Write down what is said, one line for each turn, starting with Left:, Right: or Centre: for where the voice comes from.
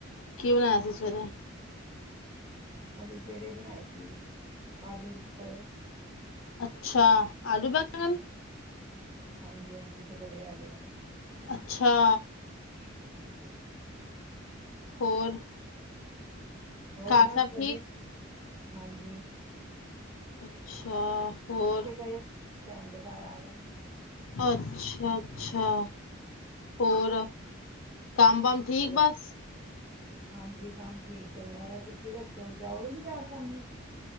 Left: ਕੀ ਬਾਣਿਆਂ ਸੀ ਸਵੇਰੇ।
Right: ਅਸੀਂ ਸਵੇਰੇ ਬਣਾਏ ਸੀ, ਆਲੂ ਪਕੌੜੇ।
Left: ਅੱਛਾ। ਆਲੂ ਬੈਂਗਨ।
Right: ਹਾਂਜੀ-ਹਾਂਜੀ, ਪਕੌੜੇ ਆਲੂਆਂ ਦੇ।
Left: ਅੱਛਾ।
Right: <unintelligible>
Left: ਹੋਰ
Right: ਹੋਰ
Left: ਘਰ
Right: ਬਸ
Left: ਸਭ
Right: ਵਧੀਆ
Left: ਠੀਕ।
Right: ਹਾਂਜੀ।
Left: ਅੱਛਾ ਹੋਰ
Right: ਤੇ ਗਏ ਭੈਣ ਦੇ ਘਰ ਆ ਗਏ ਨੇ।
Left: ਅੱਛਾ-ਅੱਛਾ। ਹੋਰ
Right: ਹਾਂਜੀ
Left: ਕੰਮ ਬਮ ਠੀਕ
Right: ਹੋਰ
Left: ਬਸ।
Right: ਹਾਂਜੀ ਕੰਮ ਠੀਕ ਚੱਲਦਾ ਵਾ ਤੁਸੀਂ ਦੱਸੋ ਜਾਓ ਗੇ ਬਾਜ਼ਾਰ ਸ਼ਾਮੀ।